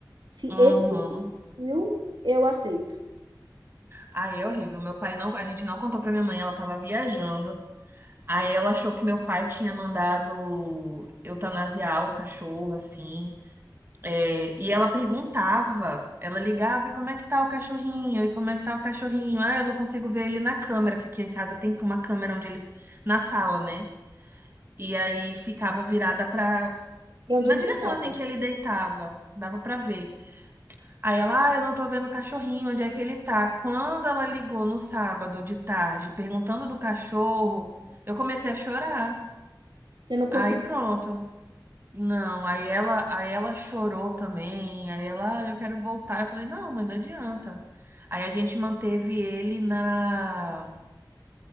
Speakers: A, on the right; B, on the right.
A: Se
B: uhum.
A: ele viu, eu aceito.
B: Aí é horrível. Meu pai não, a gente não contou pra minha mãe, ela tava viajando. Aí ela achou que meu pai tinha mandado eutanasiar o cachorro, assim. É, e ela perguntava, ela ligava, e como é que tá o cachorrinho? E como é que tá o cachorrinho? Ah, eu não consigo ver ele na câmera, que aqui em casa tem uma câmera onde ele, na sala, né? E aí ficava virada pra,
A: E onde
B: na
A: ele
B: direção
A: deitava?
B: assim que ele deitava, dava pra ver. Aí ela, ah, eu não tô vendo o cachorrinho, onde é que ele tá? Quando ela ligou no sábado de tarde, perguntando do cachorro, eu comecei a chorar.
A: Eu não consigo.
B: Aí pronto. Não, aí ela, aí ela chorou também. Aí ela, ah, eu quero voltar. Eu falei, não, mas não adianta. Aí a gente manteve ele na.